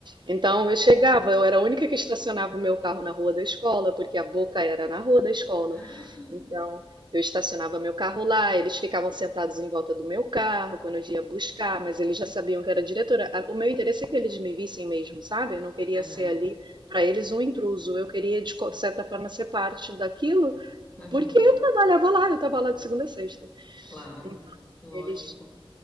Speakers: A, on the right; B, on the left.
A: Então eu chegava, eu era a única que estacionava o meu carro na rua da escola, porque a boca era na rua da escola.
B: <gasps>
A: Então eu estacionava meu carro lá, eles ficavam sentados em volta do meu carro quando eu ia buscar, mas eles já sabiam que eu era diretora. A- O meu interesse é que eles me vissem mesmo, sabe? Eu não queria
B: aham,
A: ser ali para eles um intruso, eu queria de co- certa forma ser parte daquilo,
B: aham,
A: porque eu trabalhava lá, eu estava lá de segunda a sexta.
B: claro,
A: Então
B: lógico.
A: eles